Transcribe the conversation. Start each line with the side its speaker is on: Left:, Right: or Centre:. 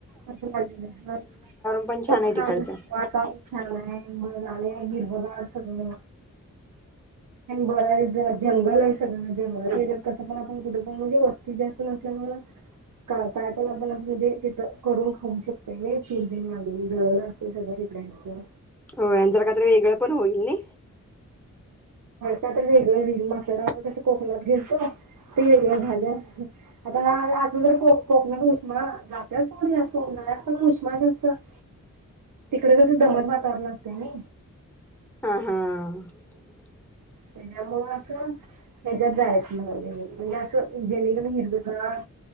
Right: आजूबाजूला <unintelligible>
Centre: पण छान
Right: वातावरण
Centre: आहे तिकडचं.
Right: छान हाय म्हणाले हिरवगार सगळं बर आहे जंगल आहे स म्हणजे रेल्वेत कस पण आपण कुठे पण म्हणजे वस्ती जास्त नसल्यामुळे करता येत आपण आसं म्हणजे तिथं करून खाऊ शकते नी <unintelligible> जळन असतय सगळ जिथल्या इथं
Centre: होय आणि जरा काय तरी वेगळं पण होईल नि
Right: काय तरी वेगळं होईल मागच्या वेळेस कस कोकणात गेलतो ते वेगळ झालं आता आता जर को कोकणात उष्मा जातय सोड हे आस उन्हाळ्यात पण उष्मा जास्त असत तिकडे जस दमट वातावरण असतय नी
Centre: हा, हा <inaudible>
Right: त्याच्यामुळं असं हेज्यात जायचं न म्हणजे असं जेणेकरून हिरवगार